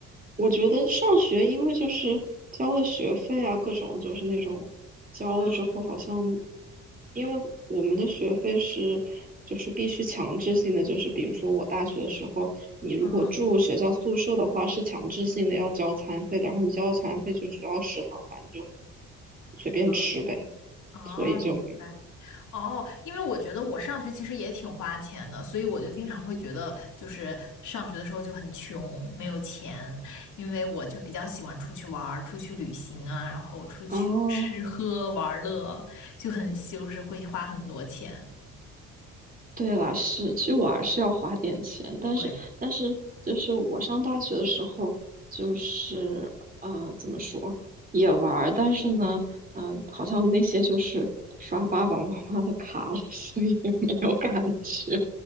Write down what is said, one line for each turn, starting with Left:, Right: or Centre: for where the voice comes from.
Right: 我觉得上学，因为就是交了学费啊，各种就是那种交了之后，
Left: 嗯，
Right: 好像因为我们的学费是就是必须强制性的，就是比如说我大学的时候，你如果住学校宿舍的话，
Left: 嗯
Right: 是强制性的要交餐费的，然后你交了餐费就只要食堂饭，你就随便吃呗，
Left: 嗯哦，
Right: 所以就
Left: 明白。哦，因为我觉得我上学其实也挺花钱的，所以我就经常会觉得，就是上学的时候就很穷，没有钱，因为我就比较喜欢出去玩儿、出去旅行啊，然后出去吃喝玩乐，
Right: 哦。
Left: 就很就是会花很多钱。
Right: 对啦，是，其实玩儿是要花点钱，但是但是就是我上大学的时候，
Left: 对。
Right: 就是呃怎么说也玩儿，但是呢，嗯、好像那些就是刷爸爸妈妈的卡了，<laughs> 所以也没有感觉。